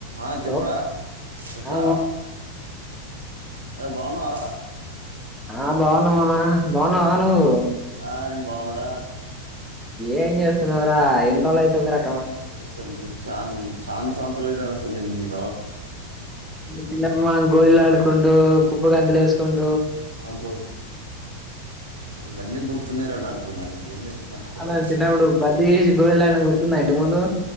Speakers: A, on the right; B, in the centre.
A: ఆ
B: హలో
A: చెప్పురా చెప్పురా
B: ఆ మా
A: అరే బాగున్నవారా
B: ఆ బాగున్న మావ బాగున్నవా నువ్వు
A: ఆ నేన్ బాగున్నరా
B: ఏం చేస్తున్నవ్రా ఎన్రోజులైతుంది రా
A: ఎసలు చాం చా సంవ త్సరాలు అయితాంది అసలు నేన్ నిన్ను
B: చిన్నప్పుడు మనం గోలీలాడుకు కుంటు కుప్పగంతులు ఏసుకుంటూ
A: ఆబ ఇవన్నీ గుర్తున్నయిరా నాకు నాకు ఇయ్యన్ని ఎట్ల మర్చిపోతరా,
B: అలా చిన్నప్పుడు బద్ది చేసి గోళీలాడిన గుర్తుందా ఇంటి ముందు